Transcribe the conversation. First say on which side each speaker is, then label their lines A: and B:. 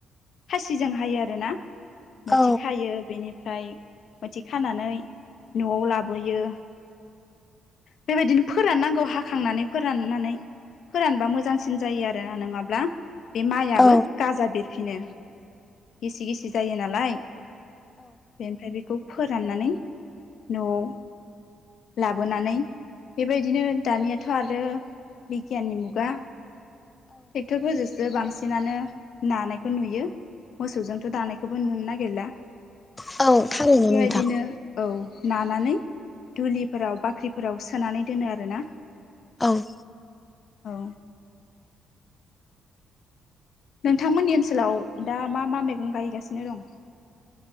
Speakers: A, on the left (about 65°); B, on the left (about 20°).
A: खासिजों हायो आरोना मोथि
B: औ
A: खायो बेनिफ्राय। फ्राय मोसे खानानै न'आव लाबोयो। बेबायदिनो फोराननांगौ हाखांनानै फोराननानै। फोरानबा मोजांसिन जायो आरो ना नङाब्ला। बे माइयाबो
B: औ
A: गाजा बेरफिनो गिसि गिसि जायो नालाय। बेनिफ्राय बेखौ फोराननानै न'आव लाबोनानै बेबायदिनो दानियाथ' आरो। बिगियाननि मुगा। ट्रेक्ट'रफोरजोंसो बांसिन। बिदिनानो नानायखौ नुयो मोसौजोंथ' दानायखौबो नुनो नागिरला।
B: औ औ थारैनो
A: बेबायदिनो
B: नोंथां
A: औ। नानानै दुलिफोराव बाख्रिफोराव सोनानै दोनो आरोना।
B: औ।
A: औ। नोंथांमोननि ओनसोलाव दा मा मा मैगं गायगासिनो दं।